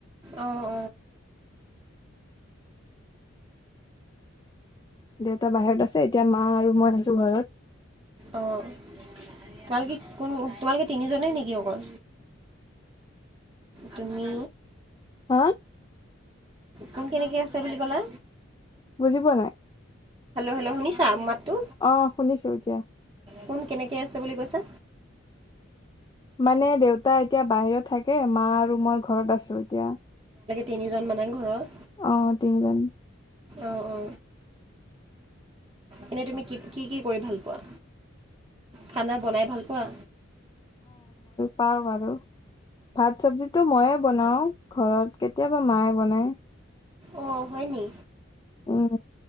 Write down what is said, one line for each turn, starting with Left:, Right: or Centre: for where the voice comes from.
Right: অ অ
Left: দেউতা বাহিৰত আছে এতিয়া মা আৰু মই আছো ঘৰত
Right: অঁ তোমালোকে কোন তোমালোকে তিনিজনেই নেকি অকল তুমি
Left: হা
Right: কোন কেনেকে আছে বুলি ক'লো
Left: বুজি পোৱা নাই
Right: হেল্ল' শুনিছা মাতটো
Left: অ শুনিছো এতিয়া
Right: কোন কেনেকে আছে বুলি কৈছা
Left: মানে দেউতা এতিয়া বাহিৰত থাকে মা আৰু মই ঘৰত আছো এতিয়া
Right: তিনিজনমানে ঘৰত
Left: অ তিনিজন
Right: অ অ এনে তুমি কি কি কৰি ভাল পোৱা খানা বনাই ভাল পোৱা
Left: পাও বাৰু ভাত চব্জিটো মইয়ে বনাও ঘৰত কেতিয়াবা মায়ে বনায়
Right: অ হয়নি
Left: উম